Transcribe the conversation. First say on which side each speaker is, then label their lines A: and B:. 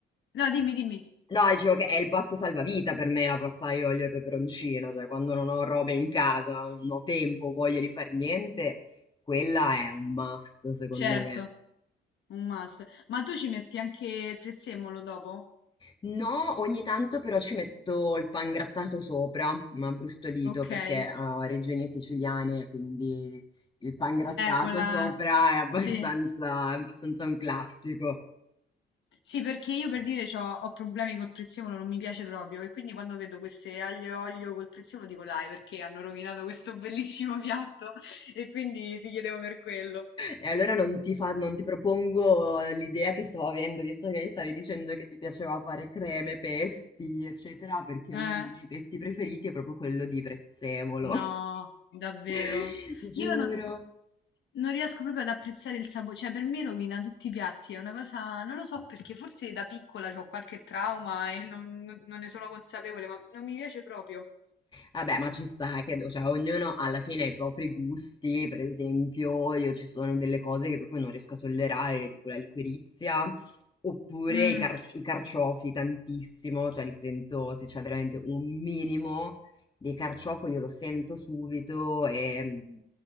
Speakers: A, on the left (about 65°); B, on the left (about 20°).
A: No, dimmi, dimmi,
B: No, dicevo che è il pasto salvavita per me la pasta aglio olio e peperoncino, cioè quando non ho robe in casa, non ho tempo, voglia di fare niente, quella è un must secondo
A: certo,
B: me.
A: un must. Ma tu ci metti anche il prezzemolo dopo?
B: No, ogni tanto però ci metto il pangrattato sopra, ma brustolito
A: Ok.
B: perché
A: Eh,
B: ah, ho regioni siciliane, quindi il pangrattato
A: con la...
B: sopra è abbastanza,
A: Sì.
B: è abbastanza un classico.
A: Sì, perché io per dire c'ho, ho problemi col prezzemolo, non mi piace proprio. E quindi quando vedo queste aglio e olio col prezzemolo dico dai, perché hanno rovinato questo bellissimo piatto? <laughs> E quindi ti chiedevo per quello.
B: E allora non ti fa- non ti propongo l'idea che stavo avendo, visto che mi stavi dicendo che ti piaceva fare creme, pesti, eccetera, perché
A: Eh.
B: uno dei miei pesti preferiti è proprio quello di prezzemolo.
A: No, davvero.
B: <laughs> Giuro.
A: Io non, non riesco proprio ad apprezzare il sapore, cioè per me rovina tutti i piatti, è una cosa, non lo so perché, forse da piccola ho qualche trauma e non, non- non ne sono consapevole, ma non mi piace proprio.
B: Vabbè, ma ci sta, credo, cioè ognuno alla fine ha i propri gusti, per esempio io ci sono delle cose che proprio non riesco a tollerare, tipo la liquirizia, oppure
A: Mm,
B: i, carci- i carciofi tantissimo, cioè li sento se c'è veramente un minimo di carciofo io lo sento subito e mm,